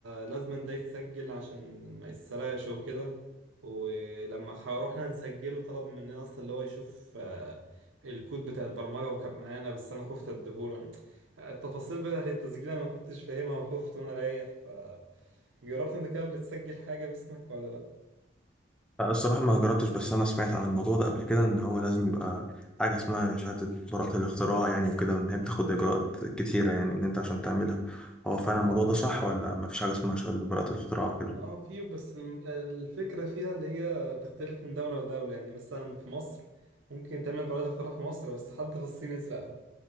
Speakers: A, on the right (about 85°); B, in the centre.
A: لازم ده يتسجل عشان ما يتسرقش وكده ولما ح- روحنا نسجله طلب مننا اصلا اللي هو يشوف آه، الكود بتاع البرمجة وكان معانا بس انا خفت اديهوله آه، التفاصيل بتاعت التسجيل انا ما كنتش فاهمها وخفت وانا رايح ف جربت انت كده بتسجل حاجة باسمك ولا لا؟
B: لا، الصراحة ما جربتش بس أنا سمعت عن الموضوع ده قبل كده إن هو لازم يبقى حاجة اسمها شهادة براءة الاختراع يعني وكده وإن هي بتاخد إجراءات كتيرة يعني إن أنت عشان تعملها هو فعلا الموضوع ده صح ولا ما فيش حاجة اسمها شهادة براءة الاختراع وكده؟
A: اه في بس الم- الفكرة فيها اللي هي بتختلف من دولة لدولة يعني مثلا في مصر ممكن تعمل براءة اختراع في مصر بس حد في الصين يسرقها